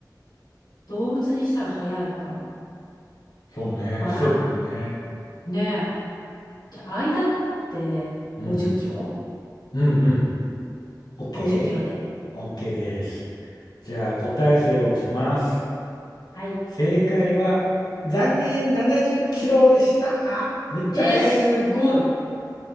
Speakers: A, on the left (about 85°); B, on the left (about 70°).
A: 動物にしたら速いか。
B: そうね。
A: まあ、
B: 時速ね。
A: あ、ねえ。じゃあ、間取って50キロ
B: うんうん。うんうん。OK?OK
A: ?50 キロで。
B: です。じゃあ、答え伏せをします。
A: はい。
B: 正解は、残念、70キロでした。めっちゃ速い。
A: えー、すごい。